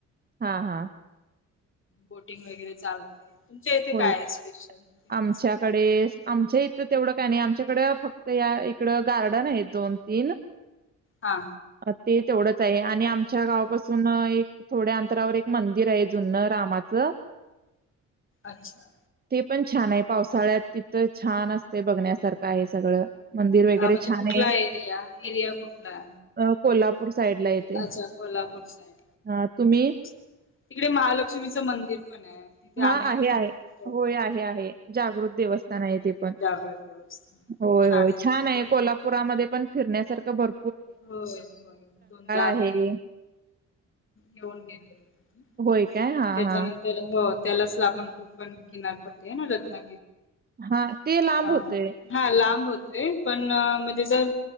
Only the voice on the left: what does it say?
बोटिंग वगैरे चालते. तुमच्या इथे काय
आहे स्पेशल फिरण्यासारखं
हा.
अच्छा!
आ म्हणजे
कुठला
एरिया? एरिया कुठला?
अच्छा, कोल्हापूर साइड.
तिकडे महालक्ष्मीचं मंदिर पण आहे तिथे
आम्ही
हो
हो
हो.
जागृत देवस्थान
खूप
आम्ही
दोनदा
होय, होय, दोनदा आम्ही
येऊन गेलो
त्याच्यानंतर
हो त्यालास लागून कोकण किनारपट्टी हेना रत्ना
हा,
हा लांब होत ते पण अ म्हणजे जर